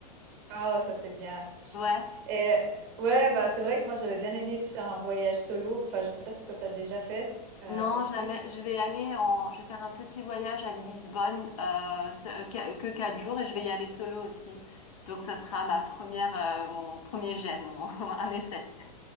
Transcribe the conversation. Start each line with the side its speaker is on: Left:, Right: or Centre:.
Right: Oh, ça c'est bien.
Left: Ouais.
Right: Et euh, ouais, bah c'est vrai que moi j'avais bien aimé faire un voyage solo. Enfin, je sais pas si toi t'as déjà fait euh,
Left: Non,
Right: aussi.
Left: jamais. Je vais aller en. Je vais faire un petit voyage à Lisbonne, euh, ce- euh, qu- que quatre jours, et je vais y aller solo aussi. Donc, ça sera ma première, euh, mon premier jet, mon <laughs> un essai.